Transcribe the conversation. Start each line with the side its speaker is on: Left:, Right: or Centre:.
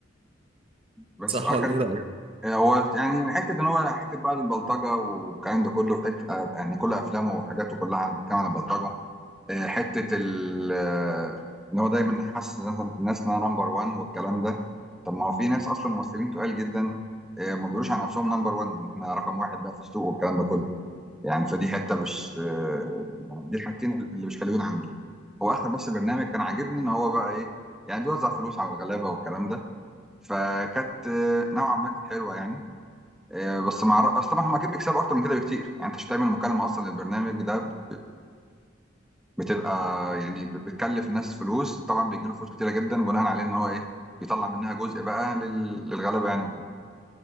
Centre: بس
Right: صح
Centre: اه
Right: ولا ايه رأيك؟
Centre: هو يعني حته ان هو حته بقى البلطجه والكلام ده كله حته آه، يعني كل افلامه وحاجاته كلها بتتكلم عن البلطجه آه، حته ال آه، ان هو دايما حاسس إن الناس الناس انها نمبر 1 والكلام ده طب ما هو في ناس اصلا ممثلين تقال جدا آه، ما بيقولوش عن نفسهم نمبر 1 ان احنا رقم واحد بقى في السوق والكلام ده كله يعني فدي حته مش آه، يعني دي الحاجتين اللي مش حلوين عنده هو اخر بس برنامج كان عاجبني ان هو بقى ايه يعني بيوزع فلوس على الغلابه والكلام ده فكانت آه، نوعا ما كانت حلوه يعني آه، بس مع الر- اصل طبعا هم اكيد بيكسبوا اكتر من كده بكتير يعني انت مش هتعمل مكالمه اصلا للبرنامج ده ب- بتبقى يعني ب- بتكلف الناس فلوس طبعا بيجي له فلوس كتيره جدا بناء عليه ان هو ايه بيطلع منها جزء بقى لل- للغلبه يعني وكده